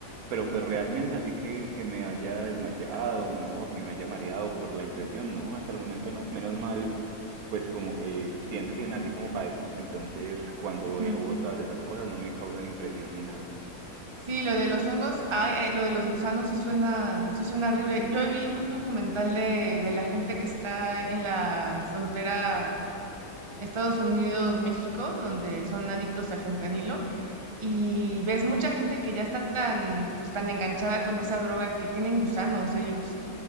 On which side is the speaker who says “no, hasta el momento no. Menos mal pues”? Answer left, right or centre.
Right